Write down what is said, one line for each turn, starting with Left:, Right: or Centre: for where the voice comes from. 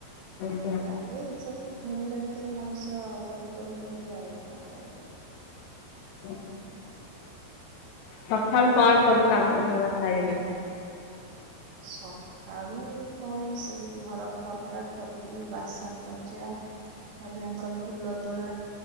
Left: ଆଜ୍ଞା।
Right: ତାପରେ ଏସବୁ ଝମେିଲଲା ଭିତରେ ମଣିଷ ଗତି କରୁଛନ୍ତି ଆଉ କଣ କରିବା
Left: ହୁଁ ସକାଳୁ କଣ ସବୁ କାମ ଧନ୍ଦା ସାରିଲେଣି?
Right: ସ କଣ ଏଇ ସବୁ ଘର ଖର୍କା ଖରକି ବାସନ ମଜା ତାପରେ ଆମର ଫୁଲ ତୁଳା,